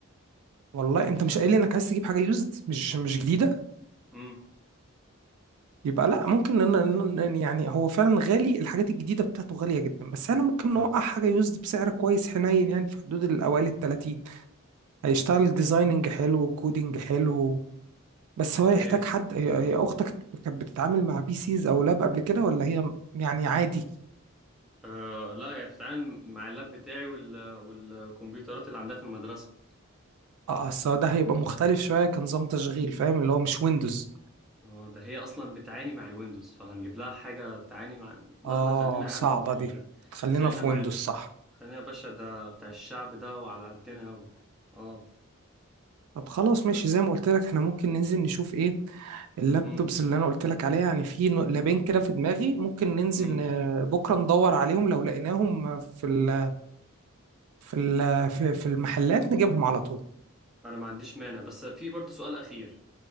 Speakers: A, on the right (about 85°); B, in the centre.
A: والله انت مش قايل لي انك عايز تجيب حاجه يوزد مش مش جديده
B: امم
A: يبقى لا ممكن إن أنا إن- يعني هو فعلا غالي الحاجات الجديدة بتاعته غالية جدا بس أنا ممكن
B: اه
A: نوقع حاجة يوزد بسعر كويس حنين يعني في حدود الأوائل التلاتين هيشتغل ديزايننج حلو كودينج حلو بس هو
B: اوكي
A: يحتاج حد هي هي أختك كانت بتتعامل مع بي سيز أو لاب قبل كده ولا هي م- يعني عادي
B: آه لا هي بتتعامل مع اللاب بتاعي وال... والكمبيوترات اللي عندها في المدرسه
A: اه آه، أصل
B: آه،
A: ده هيبقى مختلف شوية كنظام تشغيل فاهم اللي هو مش ويندوز
B: اه ده هي اصلا بتعاني مع الويندوز فهنجيب لها حاجه بتعاني مع لا
A: اه
B: لا خلينا يا
A: صعبة
B: عم في ال...
A: دي خلينا
B: خلينا
A: في
B: مع
A: ويندوز
B: ال...
A: صح
B: خلينا يا باشا ده بتاع الشعب ده وعلى قدنا و... اه
A: طب خلاص ماشي زي ما قلت لك احنا ممكن ننزل نشوف ايه اللابتوبز
B: امم
A: اللي انا قلت لك عليها يعني في نو- لابين كده في دماغي ممكن ننزل
B: امم
A: ن- بكره ندور عليهم لو لقيناهم في ال في ال في في المحلات نجيبهم على طول
B: انا ما عنديش مانع بس في برضو سؤال اخير